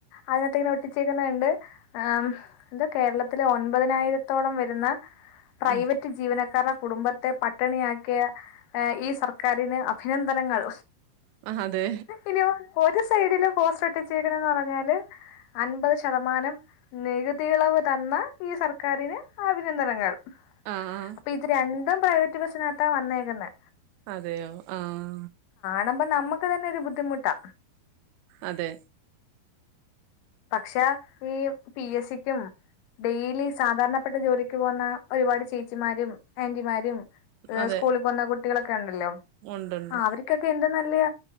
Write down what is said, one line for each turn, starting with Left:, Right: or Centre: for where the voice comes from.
Left: അതിനകത്ത് ഇങ്ങനെ ഒട്ടിച്ചേക്കുന്നത്കണ്ട്. ഏ, എന്താ, കേരളത്തിലെ ഒൻപതിനായിരത്തോളം വരുന്ന പ്രൈവറ്റ്
Right: ഉം
Left: ജീവനക്ക <unintelligible> <unintelligible> കുടുംബത്തെ പട്ടിണിയാക്കിയ, ഈ സർക്കാരിന് അഭിനന്ദനങ്ങൾ.
Right: ആ അതെ
Left: ഇനി ഒരു, ഒരു സൈഡിലും പോസ്റ്റ്ർ ഒട്ടിച്ചേക്കണന്ന് പറഞ്ഞാല് അൻപത് ശതമാനം നികുതിയിളവ് തന്ന ഈ സർക്കാരിന് അഭിനന്ദനങ്ങൾ.
Right: ആാാ <unintelligible>
Left: അപ്പൊ ഇത് രണ്ടും, പ്രൈവറ്റ് ബസ്സിനകത്താ വന്നേക്കുന്നേ.
Right: അതെയോ? ആാാ.
Left: <unintelligible> മ്പം നമ്മുക്ക് തന്നെ ഒരു ബുദ്ധിമുട്ടാ.
Right: അതെ.
Left: പക്ഷെ, ഈ പി. എസ്. സിക്കും ഡെയിലി സാധാരണപ്പെട്ട ജോലിക്ക് പോന്ന ഒരുപാട് ചേച്ചിമാരും ആന്റിമാരും
Right: അതെ
Left: സ്കൂളിൽ പോന്ന കുട്ടികളൊക്കെ ഉണ്ടല്ലോ
Right: ഉണ്ടുണ്ട്
Left: ആ അവർക്കൊക്കെ എന്ത <unintelligible>